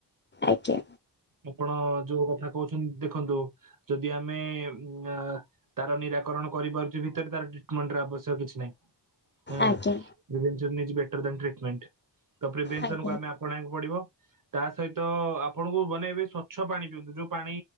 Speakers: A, on the left (about 25°); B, on the right (about 50°).
A: ଆଜ୍ଞା
B: ଆପଣ ଯୋଉ କଥା କହୁଛନ୍ତି ଦେଖନ୍ତୁ ଯଦି ଆମେ ଆ ତାର ନିରାକରଣ କରିପାରୁଛି ଭିତରେ ତାର ଟିଟମେଣ୍ଟ ଆବଶ୍ୟକ କିଛି ନାହିଁ। ଆ <unintelligible>
A: ଆଜ୍ଞା
B: ଇଜ ଦ୍ୟଟ ଟ୍ରିଟିମେଣ୍ଟ ତ ପ୍ରିଭିନିସନ୍
A: ଆଜ୍ଞା
B: କୁ ଆମେ ଆ ପଣେଇକୁ ପଡିବ ତା ସହିତ ଆପଣଙ୍କୁ ବନେଇବେ ସ୍ଵଛ ପାଣି ପିଅନ୍ତୁ ଯୋଉ ପାଣି